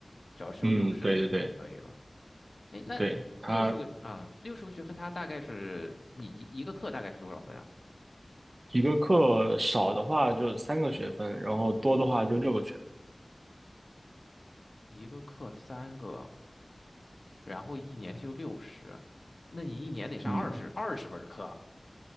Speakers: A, on the left (about 60°); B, on the right (about 60°).
A: 只要修六十个学分就可以了。
B: 嗯，对对对
A: 哎，那六十个啊，
B: 对，它
A: 六十个学分，它大概是你一一个课大概是多少分啊？
B: 一个课少的话就三个学分，然后多的话就六个学分。
A: 一个课三个，然后一年修六十，那你一年得上二十二十门课。
B: 嗯，